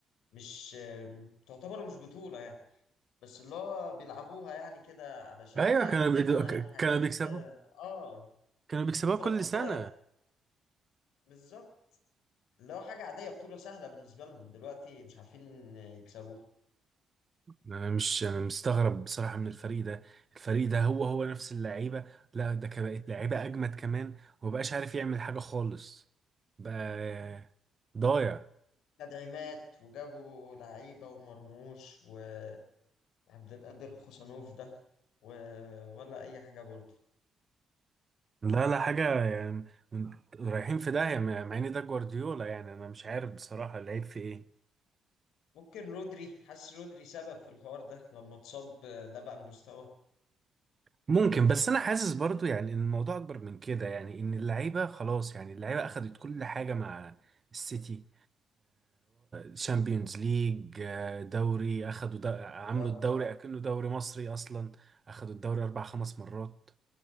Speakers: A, on the left; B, on the right.
A: مش تعتبر مش بطولة يعني بس اللي هو بيلعبوها يعني كده علشان
B: ايوه
A: زي عندنا
B: كانوا بي...
A: حاجات
B: كانوا بيكسبوا
A: اه
B: كانوا بيكسبوها
A: بطولات
B: كل سنه
A: بالظبط اللي هو حاجة عادية بطولة سهلة بالنسبة لهم دلوقتي مش عارفين يكسبوها
B: انا مش انا مستغرب بصراحه من الفريق ده الفريق ده هو هو نفس اللعيبه لا ده كان بقت لعيبه اجمد كمان ومبقاش عارف يعمل حاجه خالص بقى ضايع
A: تدعيمات وجابوا لعيبة ومرموش وعبد القادر خوسانوف ده و... ولا أي حاجة برضه
B: لا لا حاجه يعني رايحين في داهيه مع مع ان ده جوارديولا يعني انا مش عارف بصراحه لعيب في ايه
A: ممكن رودري حاسس رودري سبب في الحوار ده لما اتصاب آه، ده بقى المستوى
B: ممكن بس انا حاسس برضو يعني ان الموضوع اكبر من كده يعني ان اللعيبه خلاص يعني اللعيبه اخدت كل حاجه مع السيتي شامبيونز ليج دوري اخدوا د- عملوا
A: ودوري
B: الدوري اكنه
A: مم.
B: دوري مصري اصلا اخدوا الدوري اربع خمس مرات